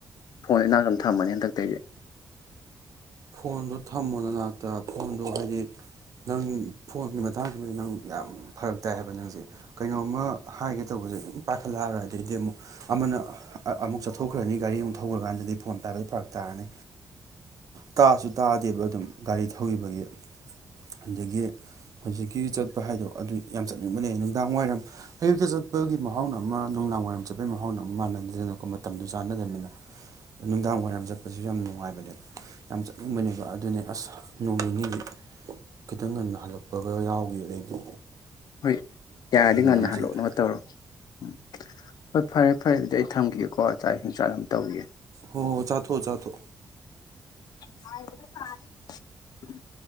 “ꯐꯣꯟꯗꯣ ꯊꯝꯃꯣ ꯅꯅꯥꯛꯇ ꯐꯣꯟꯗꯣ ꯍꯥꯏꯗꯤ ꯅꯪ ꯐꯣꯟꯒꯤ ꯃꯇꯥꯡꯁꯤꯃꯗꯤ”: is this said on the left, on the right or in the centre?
Right